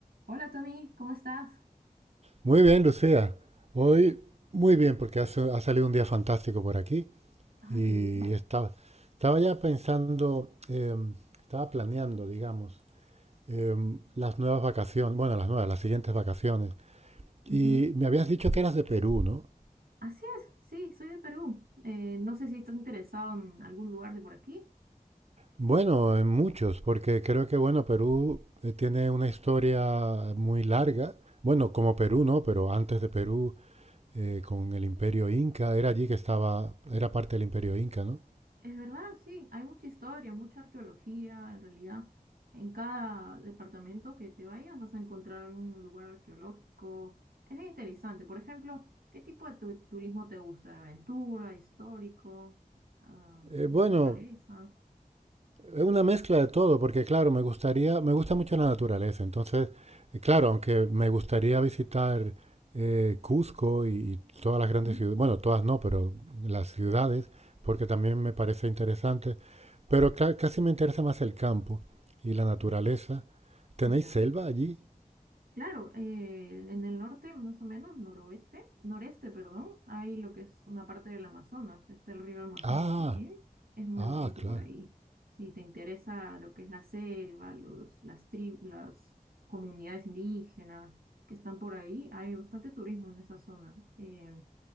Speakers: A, on the right (about 85°); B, on the right (about 45°).
A: Hola Tommy, ¿cómo estás?
B: Muy bien, Lucía. Hoy muy bien porque hace- ha salido un día fantástico por aquí
A: Ah,
B: y
A: qué bien.
B: estaba, estaba ya pensando, em, estaba planeando, digamos, em, las nuevas vacaciones, bueno, las nuevas, las siguientes vacaciones. Y
A: Ujú.
B: me habías dicho que eras de Perú, ¿no?
A: Así es, sí, soy de Perú. Eh, no sé si estás interesado en algún lugar de por aquí.
B: Bueno, en muchos, porque creo que, bueno, Perú eh, tiene una historia muy larga. Bueno, como Perú, ¿no? Pero antes de Perú, eh, con el Imperio Inca, era allí que estaba, era parte del Imperio Inca, ¿no?
A: Es verdad, sí, hay mucha historia, mucha arqueología, en realidad. En cada departamento que te vayas vas a encontrar algún lugar arqueológico. Es bien interesante. Por ejemplo, ¿qué tipo de tu- turismo te gusta? ¿De aventura, histórico, ah,
B: Eh,
A: naturaleza?
B: bueno, Es una mezcla de todo, porque claro, me gustaría, me gusta mucho la naturaleza. Entonces, eh, claro, aunque me gustaría visitar eh, Cusco y, y todas las grandes
A: Ujú.
B: ciudades, bueno, todas no, pero las ciudades, porque también me parece interesante. Pero ca- casi me interesa más el campo y
A: Ok,
B: la naturaleza. ¿Tenéis
A: Ya.
B: selva allí?
A: Claro, eh, en el norte, más o menos, noroeste, noreste, perdón, hay lo que es una parte del Amazonas, está el río Amazonas
B: Ah,
A: también, es muy
B: ah,
A: bonito
B: claro.
A: por ahí. Si te interesa lo que es la selva, los, las tribus, las comunidades indígenas que están por ahí, hay bastante turismo en esa zona. Eh,